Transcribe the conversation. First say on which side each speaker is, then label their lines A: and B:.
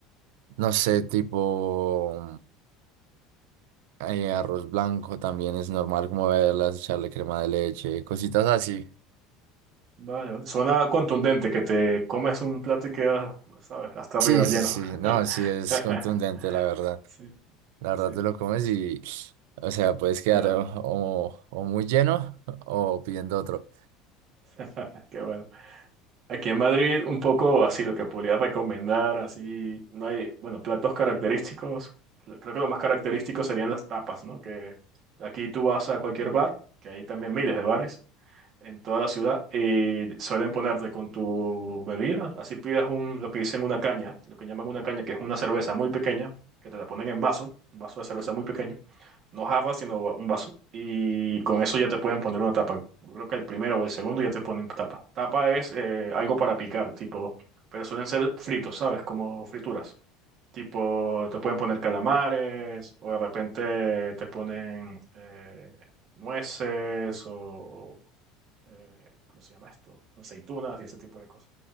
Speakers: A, on the right; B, on the right.
A: no sé, tipo eh, arroz blanco también es normal como verlas, echarle crema de leche, cositas así.
B: Vale, vale. Suena contundente que te comes un plato y quedas, ¿sabes? Hasta arriba
A: Sí, sí,
B: lleno.
A: sí, no, sí, es
B: <laughs>
A: contundente, la verdad.
B: Sí,
A: La verdad,
B: sí.
A: te lo comes y, o sea, puedes quedar
B: Ah,
A: o, o- o muy lleno o pidiendo otro.
B: <laughs> qué bueno. Aquí en Madrid, un poco así, lo que podría recomendar, así, no hay, bueno, platos característicos. Lo- Creo que lo más característico serían las tapas, ¿no? Que aquí tú vas a cualquier bar, que hay también miles de bares, en toda la ciudad y suelen ponerte con tu bebida. Así pidas un, lo que dicen una caña, lo que llaman una caña, que es una cerveza muy pequeña, que te la ponen en vaso, un vaso de cerveza muy pequeño, no jarra, sino va- un vaso. Y con eso ya te pueden poner una tapa. Yo Creo que el primero o el segundo ya te ponen tapa. Tapa es eh, algo para picar, tipo, pero suelen ser fritos, ¿sabes? Como frituras. Tipo, te pueden poner calamares o de repente te ponen eh, nueces o, eh, ¿cómo se llama esto? Aceitunas y ese tipo de cosas.